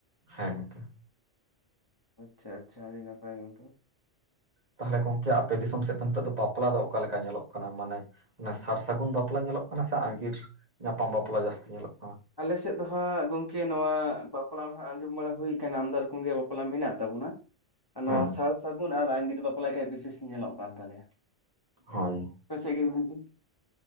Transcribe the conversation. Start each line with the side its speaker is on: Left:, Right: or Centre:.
Right: ᱦᱮᱸ ᱜᱚᱝᱠᱮ
Left: ᱟᱪᱪᱷᱟ ᱟᱪᱪᱷᱟ ᱟᱹᱰᱤ ᱱᱟᱯᱟᱭ ᱜᱚᱝᱠᱮ,
Right: ᱛᱟᱦᱚᱞᱮ ᱜᱚᱝᱠᱮ ᱟᱯᱮ ᱫᱤᱥᱚᱢ ᱥᱮᱫ ᱫᱚ ᱱᱤᱛᱚᱜ ᱫᱚ ᱵᱟᱯᱞᱟ ᱫᱚ ᱚᱠᱟ ᱞᱮᱠᱟ ᱧᱮᱞᱚᱜ ᱠᱟᱱᱟ ᱢᱟᱱᱮ ᱚᱱᱟ ᱥᱟᱨ ᱥᱟᱹᱜᱩᱱ ᱵᱟᱯᱞᱟ ᱧᱮᱞᱚᱜ ᱠᱟᱱᱟ ᱥᱮ ᱟᱸᱜᱤᱨ ᱧᱟᱯᱟᱢ ᱵᱟᱯᱞᱟ ᱡᱟᱹᱥᱛᱤ ᱧᱮᱞᱚᱜ ᱠᱟᱱᱟ?
Left: ᱟᱞᱮ ᱥᱮᱫ ᱫᱚ ᱦᱟᱸᱜ ᱜᱚᱢᱠᱮ ᱱᱚᱣᱟ ᱵᱟᱯᱞᱟ ᱢᱟ ᱦᱟᱜ ᱟᱸᱡᱚᱢ ᱵᱟᱲᱟ ᱦᱩᱭ ᱟᱠᱟᱱᱟ ᱟᱢᱫᱟ ᱨᱚᱠᱚᱢ ᱜᱮ ᱵᱟᱯᱞᱟ ᱢᱮᱱᱟᱜ ᱛᱟᱵᱚᱱᱟ ᱱᱚᱣᱟ
Right: ᱦᱮᱸ
Left: ᱥᱟᱨ ᱥᱟᱹᱜᱩᱱ ᱟᱨ ᱟᱹᱜᱤᱨ ᱵᱟᱯᱞᱟ ᱜᱮ ᱵᱮᱥ ᱧᱮᱞᱚᱜ ᱠᱟᱱ ᱛᱟᱞᱮᱭᱟ᱾
Right: ᱦᱳᱭ᱾
Left: ᱟᱯᱮ ᱥᱮᱫ ᱜᱮ ᱜᱚᱝᱠᱮ